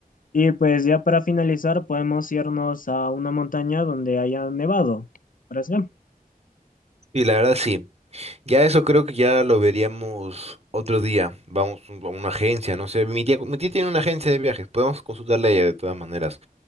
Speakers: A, on the left; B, on the right.
A: y pues ya para finalizar, podemos irnos a una montaña donde haya nevado. ¿Parece?
B: Y la verdad sí. Ya eso creo que ya lo veríamos otro día. Vamos a una agencia, no sé. Mi tía, mi tía tiene una agencia de viajes. Podemos consultarle a ella de todas maneras